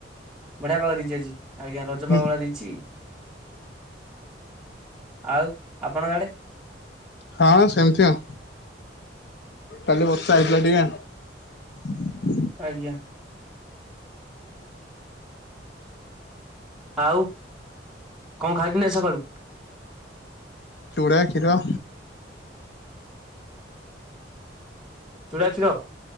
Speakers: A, in the centre; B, on the left.
A: ବଢିଆ ପାଗ ଦେଇଛି ଆଜି ଆଜ୍ଞା ରଜ
B: ହଁ
A: ପାଖ ଭଳିଆ ଦେଇଛି। ଆଉ ଆପଣ ଆଡେ?
B: ହଁ ସେମିତି ଆଉ କାଲି ବର୍ଷା ହେଇଥିଲା ଟିକେ।
A: ଆଜ୍ଞା। ଆଉ କଣ ଖାଇଚନ୍ତି ଆଜି ସକାଳୁ?
B: ଚୂଡ଼ା, କ୍ଷୀର।
A: ଚୁଡ଼ା, କ୍ଷୀର?